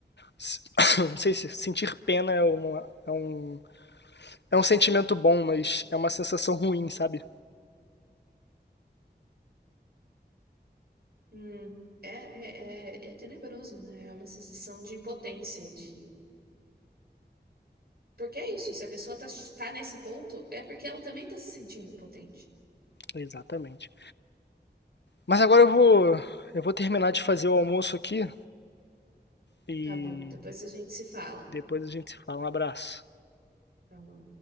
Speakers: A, on the left (about 80°); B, on the right (about 65°).
A: se- <coughs> não sei se sentir pena é uma, é um é um sentimento bom, mas é uma sensação ruim, sabe?
B: Hum, é, é, é, é tenebroso, né? É uma sensação de impotência, de Porque é isso, se a pessoa tá, tá nesse ponto, é porque ela também tá se sentindo potente.
A: Exatamente. Mas agora
B: É,
A: eu vou, eu vou terminar de fazer o almoço aqui e
B: tá bom, depois a gente se fala.
A: depois a gente se fala. Um abraço.
B: Falou.